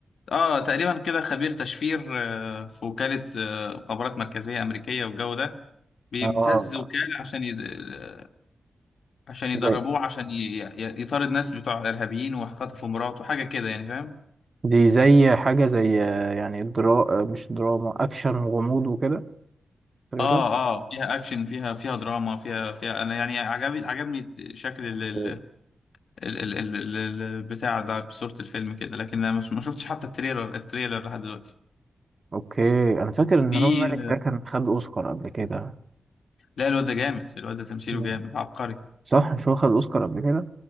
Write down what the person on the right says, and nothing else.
اه
زي-
دي زي حاجه زي يعني درا... مش دراما اكشن وغموض وكده تريلر
أوكي.
اوكي انا فاكر ان
رامي مالك ده كان خد اوسكار قبل كده
مم.
صح مش هو خد اوسكار قبل كده